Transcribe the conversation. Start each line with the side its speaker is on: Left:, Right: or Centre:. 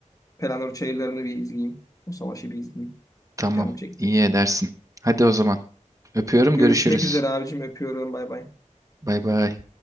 Left: Pelanor Çayırları'nı bir izleyeyim. O savaşı bir izleyeyim.
Right: Tamam,
Left: Canım çekti.
Right: iyi edersin. Hadi o zaman. Öpüyorum,
Left: Hadi görüşmek
Right: görüşürüz.
Left: üzere abicim. Öpüyorum. Bay bay.
Right: Bay bay.